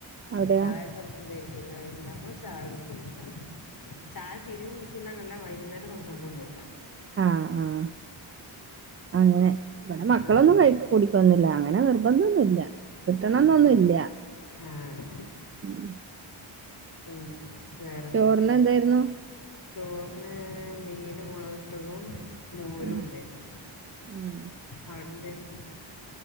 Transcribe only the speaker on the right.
അവിടെയോ
ആഹ് ആഹ് അങ്ങനെ ഇവടെ മക്കളൊന്നും
കഴിക്കു കുടിക്കൊന്നു ബല്ല അങ്ങനെ നിർബന്ധൊന്നു നല്ല കിട്ടണംന്നൊന്നു
ഇല്ല
ഉം
ചോറിന് എന്തായിരുന്നു
ഉം
ഉം